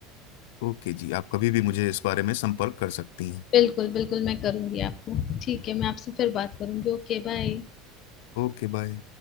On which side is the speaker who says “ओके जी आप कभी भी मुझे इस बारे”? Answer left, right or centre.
Left